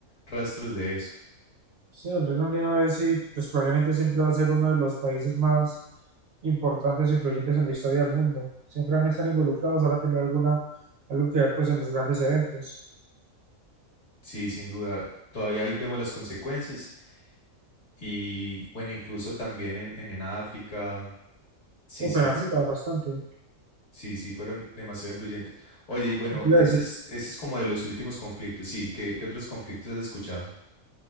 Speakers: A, on the left; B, on the right.
A: rastros de eso.
B: Sí, el Reino Unido es y pues probablemente siempre va a ser uno de los países más importantes o influyentes en la historia del mundo. Siempre van a estar involucrados, van a tener alguna, algo que ver pues en los grandes eventos.
A: Sí, sin duda, todavía hoy vemos las consecuencias y bueno, incluso también en, en, en África, sí,
B: Uf,
A: sí,
B: en África bastante.
A: sí, sí, fueron demasiado influyentes. Oye, y bueno,
B: Y te iba
A: ese
B: a decir,
A: es, ese es como de los últimos conflictos, sí, ¿qué, qué otros conflictos has escuchado?